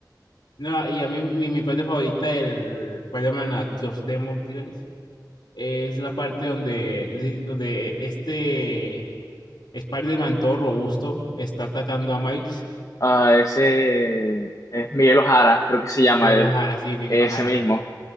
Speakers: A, on the left; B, on the left.
A: No, y a mí mi, mi parte favorita del Spider-Man Across the Multiverse es la parte donde, no sé, donde este Spider-Man todo robusto está atacando a Miles.
B: Ah, ese es Miguel Ojara, creo que se llama
A: Miguel
B: él,
A: O'Hara, sí, Miguel
B: ese
A: O'Hara.
B: mismo.